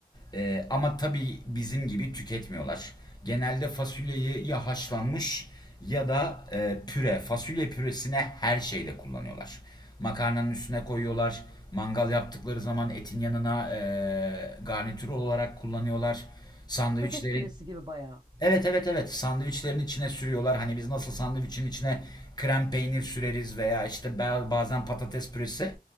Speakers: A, on the left (about 25°); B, on the right (about 25°).
A: Ee, ama tabii bizim gibi tüketmiyorlar. Genelde fasulyeyi ya haşlanmış ya da e, püre, fasulye püresine her şeyde kullanıyorlar. Makarnanın üstüne koyuyorlar. Mangal yaptıkları zaman etin yanına e, garnitür olarak kullanıyorlar. Sandviçleri
B: Patates püresi gibi bayağı.
A: Evet evet evet sandviçlerin içine sürüyorlar. Hani biz nasıl sandviçin içine krem peynir süreriz veya işte bazen patates püresi.